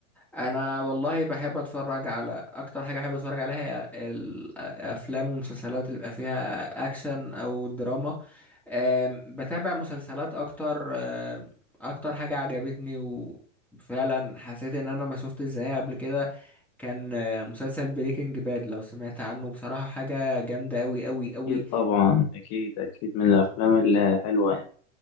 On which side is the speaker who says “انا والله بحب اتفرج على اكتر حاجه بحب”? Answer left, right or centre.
Centre